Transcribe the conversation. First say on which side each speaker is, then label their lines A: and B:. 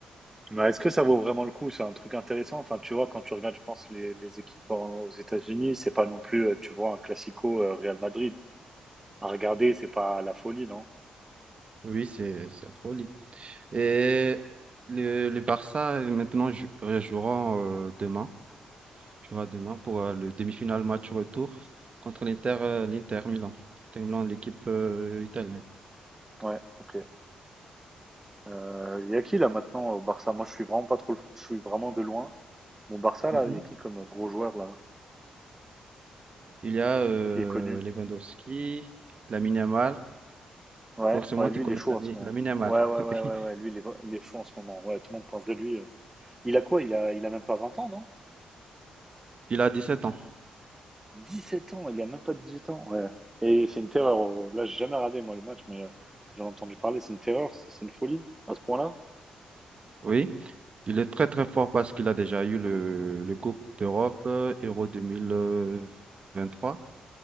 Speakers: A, on the right; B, on the right.
A: Mais est-ce que ça vaut vraiment le coup? C'est un truc intéressant. Enfin, tu vois, quand tu regardes, je pense, les, les équipes en- aux États-Unis, c'est pas non plus, euh, tu vois, un classico euh, Real Madrid. À regarder, c'est pas la folie, non?
B: Oui, c'est c'est la folie. Et le, le Barça, euh, maintenant, jou- euh, jouera euh, demain, jouera demain pour euh, le demi-finale match retour contre l'Inter euh, l'Inter Milan, Inter Milan, l'équipe euh, italienne.
A: Ouais, ok. Euh, il y a qui là maintenant au Barça? Moi, je suis vraiment pas trop le foot, je suis vraiment de loin. Mon Barça
B: Mhm.
A: là, il y a qui comme gros joueur là,
B: Il y a euh,
A: qui est connu?
B: Lewandowski, Lamine Yamal,
A: Ouais,
B: Forcément,
A: ouais,
B: tu
A: lui,
B: connais
A: il est chaud
B: Lami-
A: en ce moment.
B: Lamine Yamal.
A: Ouais, ouais,
B: <laughs> Oui.
A: ouais, ouais, ouais, lui, il est, vra- il est chaud en ce moment. Ouais, tout le monde parle de lui. euh. Il a quoi il a, il a même pas 20 ans, non
B: Il a 17 ans.
A: 17 ans, il a même pas 18 ans. Ouais. Et c'est une terreur. oh, oh, Là, j'ai jamais regardé, moi, le match, mais euh, j'en ai entendu parler. C'est une terreur, c'est c'est une folie à ce point-là.
B: Oui. Il est très très fort parce qu'il a déjà eu le, le Coupe d'Europe euh, Euro trois